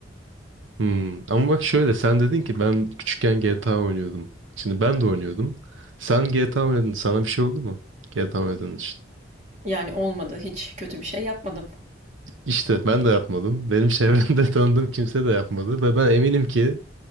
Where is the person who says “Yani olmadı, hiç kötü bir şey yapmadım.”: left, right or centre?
Right